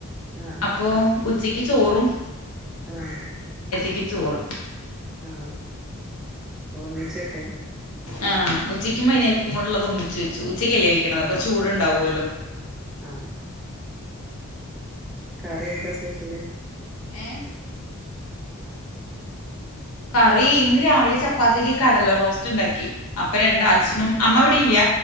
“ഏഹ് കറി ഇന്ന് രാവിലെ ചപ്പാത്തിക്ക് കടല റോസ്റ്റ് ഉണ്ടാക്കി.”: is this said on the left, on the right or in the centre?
Left